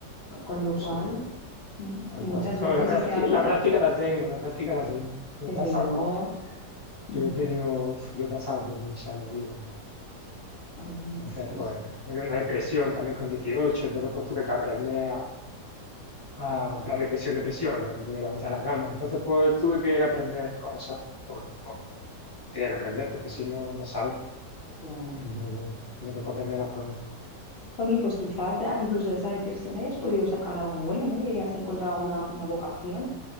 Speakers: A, on the left; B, on the left.
A: Con lo cual,
B: sí,
A: mm,
B: tal
A: muchas
B: cual.
A: veces
B: No, y la práctica,
A: ese algo,
B: la práctica la tengo, la práctica la tengo. Yo
A: desde
B: he pasado
A: luego.
B: por,
A: mm,
B: yo he tenido, yo he pasado por muchas movidas. ¿no?
A: Jolines,
B: Entonces,
A: pues,
B: pues, me dio una depresión también con 18. entonces pues tuve que aprender a, ah, en plan depresión, depresión, que no me podía levantar de la cama. Entonces, pues tuve que aprender cosas, por, por- tenía que aprender, porque si no, no sale.
A: claro.
B: Entonces, me tocó aprenderlas pronto.
A: Jolín, pues quizás de- incluso de esa depresión hayas podido sacar algo bueno, ¿no? Y hayas encontrado una, una vocación,